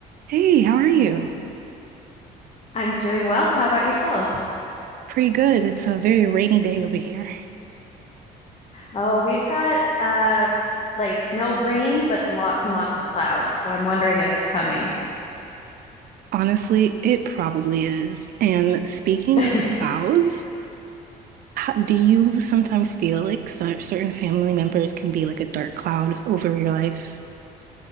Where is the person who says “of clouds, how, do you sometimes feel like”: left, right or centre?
Right